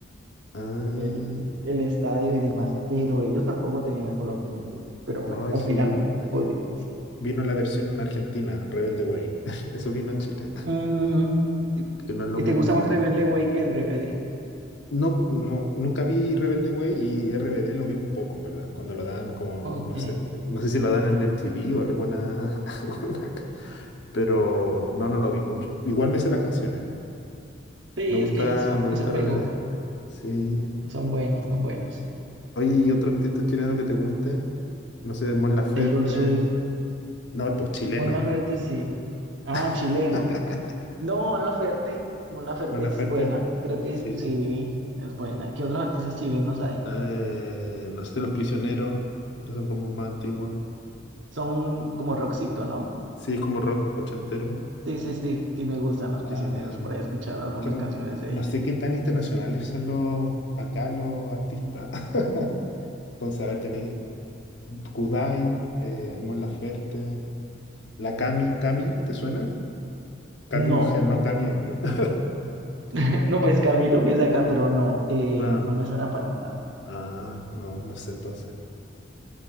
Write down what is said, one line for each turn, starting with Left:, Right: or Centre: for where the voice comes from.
Left: ah,
Right: el, el estadio y demás, pero ellos tampoco tenían a Colombia incluido. Pero
Left: ay,
Right: bueno, al
Left: sí.
Right: final pudieron.
Left: Vino la versión argentina, Rebelde Way. <laughs> Eso vino a Chile,
Right: Ujú. ¿Y
Left: que no es lo
Right: y
Left: mismo
Right: te gusta
Left: al final.
Right: más Rebelde Way que RBD?
Left: No, no, nunca vi Rebelde Way y RBD lo vi un poco, en verdad, cuando lo dan como,
Right: Ok.
Left: no sé, no sé si lo dan en MTV o alguna, <laughs> alguna ca- pero no, no lo vi mucho. Igual me sé las canciones,
Right: Sí,
Left: me gusta,
Right: es que eso,
Left: me gusta
Right: eso
Left: RBD,
Right: pegó.
Left: sí.
Right: Son buenos, son buenos.
Left: Oye, ¿y otro artista chileno que te guste? No sé, Mon Laferte,
Right: Taylor Swift
Left: no, pues chileno.
Right: Mon Laferte, sí. Ah,
Left: <laughs>
Right: chileno. No, Mon Laferte. Mon Laferte
Left: Mon Laferte,
Right: es buena. Creo que
Left: sí.
Right: sí, es buena. ¿Qué otros artistas chilenos hay?
Left: Eh, no sé, Los Prisioneros, que son como más antiguas.
Right: Son como Roxito, ¿no?
Left: Sí, es como rock ochentero.
Right: Sí, sí, sí. Sí me gustan Los
Left: A
Right: Prisioneros.
Left: ver,
Right: Por ahí he escuchado algunas
Left: que n-
Right: canciones de
Left: no
Right: ellos.
Left: sé qué tan internacionales son los acá los artistas. <laughs> Entonces, a ver, tenéis Kudai, eh, Mon Laferte, la Cami, Cami, ¿te suena? Cami mujer,
Right: No,
Left: no Cami hombre. <laughs>
Right: <laughs> no, pues Camilo que es de acá, pero no, eh,
Left: Claro.
Right: no me suena para nada.
Left: Ah, no, no sé entonces.